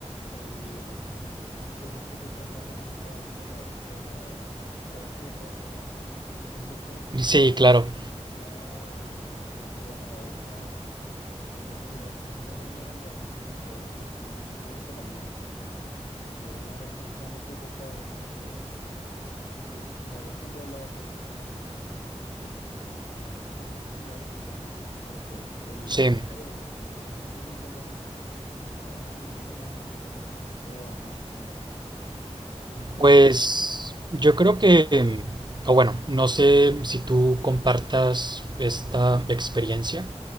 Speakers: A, on the left (about 55°); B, on the right (about 40°).
A: El... Pensaste que una persona estaba ahí, pero, la- pero la- se había equivocado de salón, ¿no? Entonces, como que
B: Sí, claro,
A: ya ahí es como que, pues bueno, a ver qué hago. Y pues con quién me llevo. Entonces, también una de las, por ejemplo, así yo voy a economía. Entonces, eh, una de las cosas que más me preocupa es que, pues digo, yo creo que en todos lados hay personas pues con gustos similares que yo, ¿no? Pero pues el,
B: sí.
A: el Sí. mío de, imagínate que me toque un salón donde no, donde no haya nadie, es como que pues qué hueva, ¿no? Entonces, pues eso,
B: Pues yo creo que, o bueno, no sé si tú compartas esta experiencia,